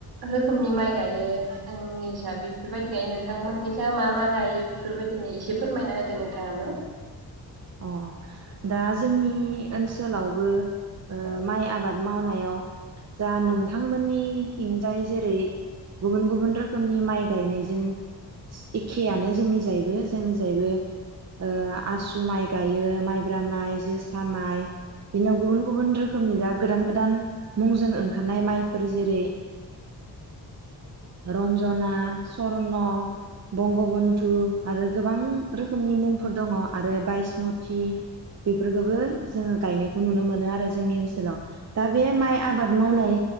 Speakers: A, on the right (about 70°); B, on the right (about 40°).
A: रोखोमनि माइ गायो आंनिसा बेफोरबायदि गायो नोंथांमोननिसा मा मा गायो बेफोरबायदिनो एसे फोरमायना होदो नोंथाङाबो।
B: अ दा जोंनि ओनसोलावबो ओ
A: औ
B: माइ आबाद मावनायाव जा नोंथांमोननि खिंजाय जेरै गुबुन गुबुन रोखोमनि माइ गायनायजों एखेयानो जोंनि जायैबो जोंनि जायबो ओ आसु माइ गायो माइ जब्रा माइ जोसा माइ बेनाव गुबुन गुबुन रोखोमनि दा गोदान गोदान मुंजों ओंखारनाय माइफोर जेरै रन्जना सरन' बंगबन्धु आरो गोबां रोखोमनि मुं फोर दङ आरो बाइसमथि बेफोरखौबो जोङो गायनायखौ नुनो मोनो आरो। जोंनि ओनसोलाव दा बे माइ आबाद आबाद मावनाय